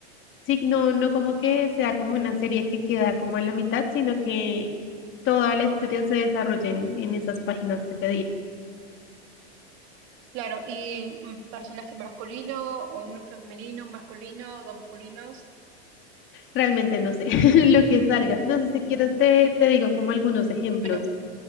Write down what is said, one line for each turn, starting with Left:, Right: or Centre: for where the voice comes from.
Left: Sí, no, no como que sea como una serie que queda como a la mitad, sino que toda la historia se desarrolle en, en esas páginas que te digo.
Right: Claro, y un personaje masculino o un femenino, un masculino, dos masculinos.
Left: Realmente no sé <laughs> lo que salga. No sé si quieres te, te digo como algunos ejemplos,
Right: Bueno,